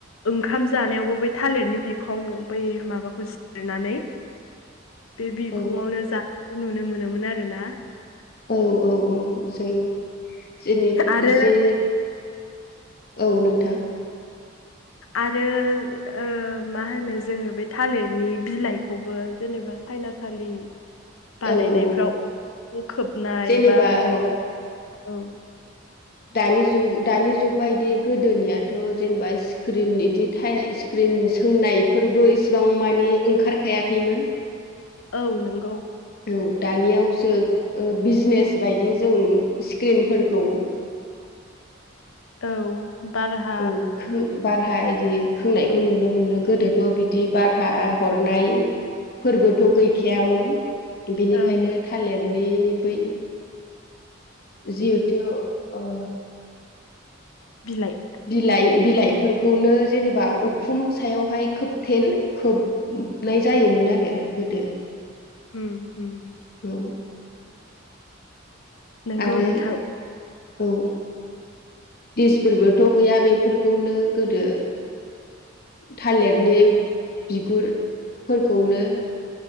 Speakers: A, on the left (about 80°); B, on the left (about 50°).
A: ओंखाम जानायावबो बै थालिरनि बिखं बै माबाखौ जिरनानै बे बिखंङावनो
B: औ
A: जानाय नुनो मोनोमोन आरोना
B: औ औ औ जों जोंनि
A: आरो
B: जे औ नोंथां
A: आरो ओ मा होनो जोङो बे थालिरनि बिलाइ खौबो जेनेबा सायनासालि बानायनायफ्राव
B: औ औ
A: खोबनाय
B: जेनेबा
A: बा
B: औ
A: औ
B: दानि जुग दानि जुग बायदि गोदोनियाथ' जेनेबा सि स्क्रिन बिदि थ स्क्रिन सोंनायफोरबो इसिबां मानि ओंखारखायाखैमोन
A: औ नंगौ
B: औ दानियावसो ओ बिजिनेस बायदि जों स्क्रिनफोरखौ
A: औ बाराहा
B: औ खों बारहा इदि खोंनायखौ नुनो मोनो गोदोथ' बिदि बारा हरनाय फोरबोथ' गैखायामोन बिनिखायनो
A: ओं
B: थालेरनि बै जिहेतु ओ
A: बिलाइ
B: बिलाइ बिलाइफोरखौनो जेनेबा उखुम सायावहाय खोबथेन खोब नाय जायोमोन आरो गोदो।
A: उम उम
B: औ
A: नंगौ
B: आरो
A: नोंथां
B: औ गेसफोरबोथ' गैया बेफोरखौनो गोदो थालेरनि बिगुरफोरखौनो